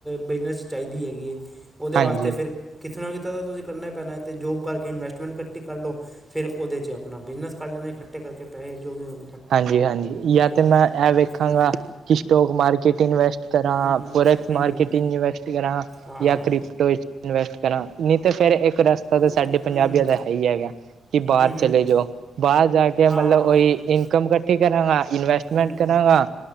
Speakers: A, in the centre; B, on the right (about 70°).
A: ਬਿਜ਼ਨਸ ਚ ਚਾਹੀਦੀ ਹੈਗੀ ਹੈ। ਉਹਦੇ
B: ਹਾਂਜੀ,
A: ਵਾਸਤੇ ਫਿਰ ਕਿੱਥੋਂ ਨਾ ਕਿਥੋ ਤਾਂ ਤੁਸੀਂ ਕਰਨਾ ਹੀ ਪੈਣਾ ਏ ਤੇ ਜੋਬ ਕਰਕੇ ਇਨਵੈਸਟਮੈਂਟ ਇਕੱਟੀ ਕਰ ਲਓ। ਫੇਰ ਉਹਦੇ ਚ ਆਪਣਾ ਬਿਜ਼ਨਸ ਕਰ ਲੈਣਾ ਇਕੱਠੇ ਕਰਕੇ ਪੈਹੇ ਜੋ ਵੀ ਹੋ
B: ਹਾਂਜੀ, ਹਾਂਜੀ
A: ਨਹੀਂ
B: ਜਾਂ ਤੇ ਮੈਂ
A: ਸਕਦੇ
B: ਇਹ ਵੇਖਾਂਗਾ
A: ਹੂੰ ਹੂੰ
B: ਕਿ ਸਟੋਕ ਮਾਰਕੇਟ ਇਨਵੈਸਟ ਕਰਾਂ,
A: ਹੂੰ ਹੂੰ
B: ਫੋਰੇੈਕਸ
A: ਹੂੰ
B: ਮਾਰਕੇਟ
A: ਹੂੰ
B: ਇਨਵੇਸਟ ਕਰਾਂ।
A: ਹਾਂ
B: ਜਾਂ
A: ਹਾਂ
B: ਕ੍ਰਿਪਟੋ ਵਿੱਚ ਇਨਵੈਸਟ ਕਰਾਂ ਨਹੀਂ ਤਾਂ ਫਿਰ ਇੱਕ ਰਸਤਾ
A: ਉਹ
B: ਤਾਂ ਸਾਡੇ ਪੰਜਾਬੀਆ
A: ਹੂੰ ਹੂੰ
B: ਦਾ ਹੈ। ਇਹੀ ਹੈਗਾ ਕਿ ਬਾਹਰ
A: ਹੂੰ
B: ਚਲੇ
A: ਹੂੰ
B: ਜਾਓ ਬਾਹਰ ਜਾ ਕੇ ਮਤਲਬ
A: ਹਾਂ ਹਾਂ
B: ਉਹੀ ਇਨਕਮ ਇਕੱਠੀ ਕਰਾਂਗਾ, ਇਨਵੈਸਟਮੈਂਟ
A: ਹੂੰ
B: ਕਰਾਂਗਾ